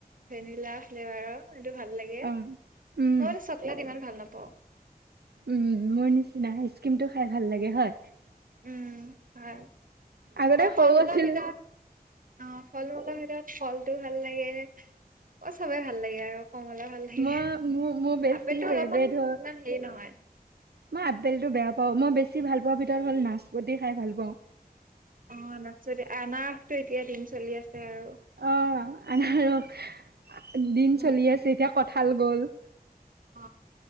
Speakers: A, on the right (about 55°); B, on the right (about 80°).
A: ভেনিলা ফ্লেভাৰৰ সেইটো ভাল লাগে
B: অ
A: মই
B: উম
A: বোলে চকলেট ইমান ভাল নাপাওঁ ক
B: উম মোৰ নিচিনা আইচ ক্ৰীমতো খাই ভাল লাগে হয়
A: উম হয়
B: আগতে
A: আৰু
B: সৰু
A: ফল মূলৰ
B: আছিলো
A: ভিতৰত অ ফল মূলৰ ভিতৰত ফলটো ভাল লাগে অ চবে ভাল লাগে আৰু কমলা ভাল লাগে
B: মই মোৰ মোৰ বেছি
A: আপেল টো
B: ফেভৰেট
A: অলপমান ইমান
B: হ'ল
A: হেৰি নহয়
B: মই আপেলটো বেয়া পাওঁ মই বেছি ভাল পোৱা ভিতৰত হ'ল নাচপতি খাই ভাল পাওঁ
A: অ নাচপতি আনাৰসটো এতিয়া দিন চলি আছে আৰু
B: অ আনাৰস দিন
A: উম
B: চলি আছে এতিয়া কঠাল গ'ল
A: অ